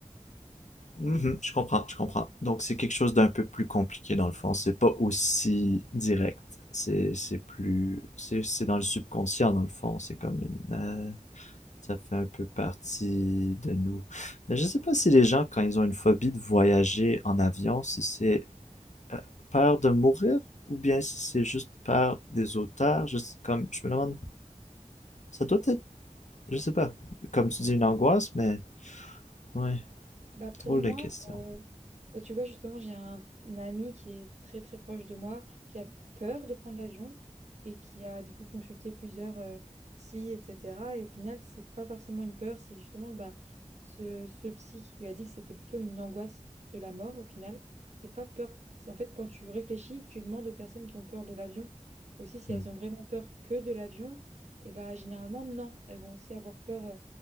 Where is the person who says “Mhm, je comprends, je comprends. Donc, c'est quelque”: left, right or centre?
Left